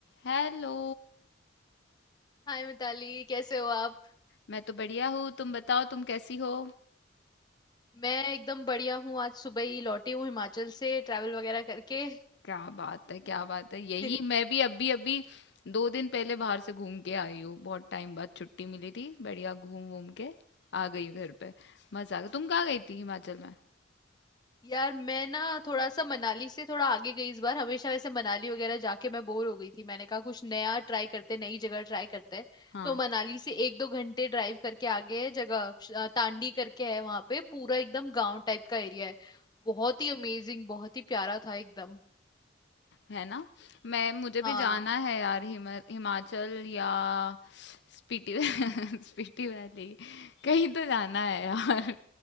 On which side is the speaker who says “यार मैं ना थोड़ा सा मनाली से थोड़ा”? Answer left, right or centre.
Left